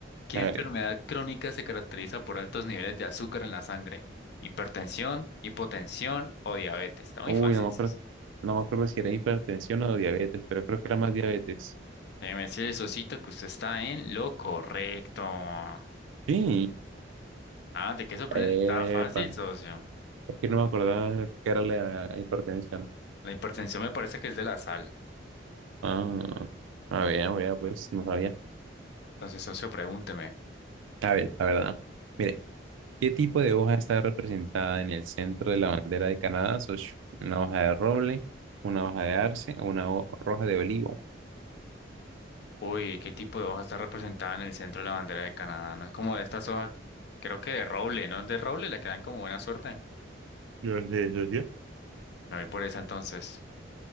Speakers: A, on the left; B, on the right.
A: ¿Qué
B: los.
A: enfermedad crónica se caracteriza por altos niveles de azúcar en la sangre? Hipertensión, hipotensión o diabetes. Está muy
B: Uy,
A: fácil.
B: no me
A: eso.
B: acuerdo, no me acuerdo si era hipertensión o diabetes, pero creo que era más diabetes.
A: Déjeme decirle, Sosito, que usted está en lo correcto. Ajá,
B: Sí,
A: ¿de qué sorprende?
B: epa,
A: Estaba fácil, socio.
B: es que no me acordaba que era la hipertensión.
A: La hipertensión me parece que es de la sal.
B: Ah, a ver, a ver, pues no sabía.
A: Entonces, socio, pregúnteme.
B: A ver, la verdad. Mire, ¿qué tipo de hoja está representada en el centro de la bandera de Canadá, socio? ¿Una hoja de roble, una hoja de arce o una ho- hoja de olivo?
A: Uy, ¿qué tipo de hoja está representada en el centro de la bandera de Canadá? No es como de estas hojas, creo que de roble, ¿no? De roble le quedan como buena suerte.
B: Yo sé, yo sé.
A: Me voy por esa entonces.